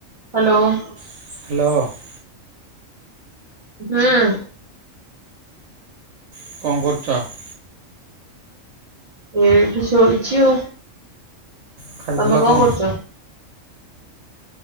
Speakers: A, on the right; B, on the right.
A: <inaudible>
B: <inaudible>
A: ହୁଁ।
B: <inaudible>
A: ଏଇଠି ଶୋଇଛି ଆଉ।
B: ଖାଇଥିଲ
A: ତମେ କଁ
B: କଣ?
A: କରୁଚ?